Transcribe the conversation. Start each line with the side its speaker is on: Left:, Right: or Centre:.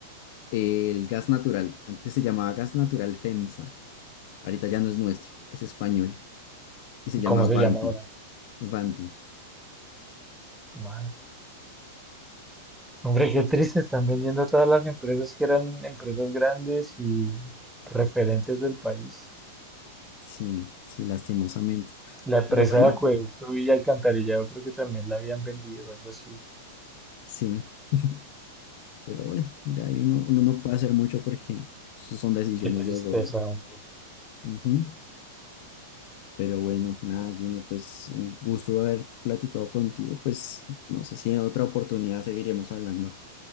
Left: el gas natural, antes se llamaba gas natural FEMSA, ahorita ya no es nuestro, es español y se llama
Centre: ¿Cómo se
Left: Vanti.
Centre: llama ahora?
Left: Vanti.
Centre: What? Hombre, qué triste. Están vendiendo todas las empresas que eran empresas grandes y referentes del país.
Left: Sí, sí, lastimosamente.
Centre: La empresa
Left: Pero bueno,
Centre: de acueducto y alcantarillado creo que también la habían vendido, algo así.
Left: sí. <laughs> Pero bueno, ya ahí uno, uno no puede hacer mucho porque eso son decisiones
Centre: Qué tristeza,
Left: del gobierno.
Centre: hombre.
Left: Ujú. Pero bueno, nada, Gino, pues un gusto haber platicado contigo. Pues no sé si en otra oportunidad seguiremos hablando.